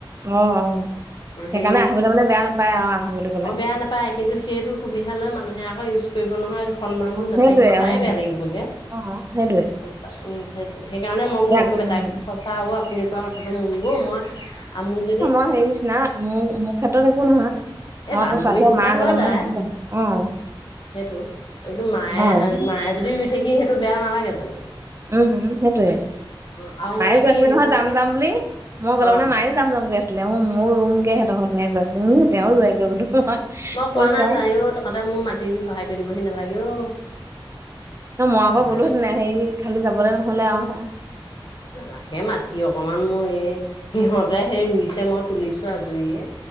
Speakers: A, on the right; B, on the left.
A: অ অ সেইকাৰণে
B: হেৰি
A: আহিবলৈ মানে বেয়া নাপায় আৰু আহিম বুলি কলে
B: অ বেয়া নাপায় কিন্তু সেইটো সুবিধা লৈ মানুহে আকৌ ইউজ কৰিব নহয় সন্মানতো
A: অ',
B: নাথাকিব
A: সেইটোৱে
B: তায়ে
A: অ',
B: বেয়া লাগিবগে
A: অ', সেইটোৱে
B: উম সেইটো সেইকাৰণে মই বোলো
A: এতিয়া
B: নকৰিবা
A: উম,
B: তাই কৈছে সঁচা অ আপুনি কোৱা কথাটো মনবোৰ মই আ মোক যদি
A: অ সেইৰ নিচিনা মোৰ মোৰ ক্ষেত্ৰত একো নহয়
B: এ
A: আমাৰ
B: বান্ধৱী
A: আকৌ ছোৱালীয়ে
B: নিচিনা
A: মা
B: হৈ
A: গলে মানে
B: যায়
A: নিদিবই অ
B: সেইটো কিন্তু মায়ে
A: অ',
B: মায়ে যদি ৰুই থাকি সেইটো বেয়া নালাগে জানো
A: উম উম সেইটোয়ে
B: অ আৰু
A: মাইও
B: মানে
A: কৈ
B: কি
A: আছিলে
B: বিশেষকে
A: নহয় যাম যাম বুলি মই গ'লে
B: অ
A: মানে মাইও যাম যাম কৈ আছিলে মোৰ ৰুম গে সেঁতৰ ঘৰত হেনেকে কৈ ৰুলোঙে
B: অ
A: তেওঁ ৰুয়েগে বুলি মই
B: কোৱা
A: কৈছা
B: নাই যায়ও তহঁতে মোক মাটি ৰুই সহায় কৰি দিবহি নালাগে অ
A: মই আকৌ
B: নালাগে
A: গ'লো হেঁতেন হেৰি খালি যাবলে নহলে আও হেয়া
B: নালাগে মাটি অকমান মই এই সিহঁতে সেই ৰুইছে মই তুলিছো আজৰিয়ে